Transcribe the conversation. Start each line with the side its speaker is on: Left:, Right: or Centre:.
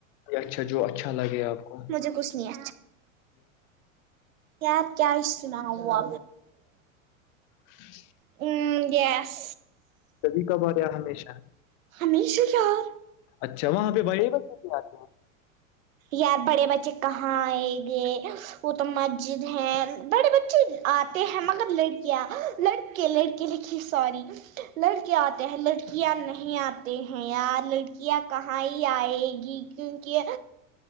Left: یہ اچھا جو اچھا لگے آپ کو
Right: مجھے کچھ نہیں کیا کیا سنا ہوا
Left: ج
Right: ا گیاس
Left: کد کاا باریا ہمیشہ
Right: ہممیشو یار
Left: اچھا وہاں پہ بڑے بچے بھی آتے
Right: یار بڑے بچے کہاں آ ہے گے وہ تو مسجد ہے بڑے بچے آتے ہیں مگر لڑک آ لڑکے لڑکی لکھی سوراریی لڑکےں آتے ہیں لڑکیاں نہیں آتے ہیں یار لڑکیاں کہاں ہی آئے گی کیونکہ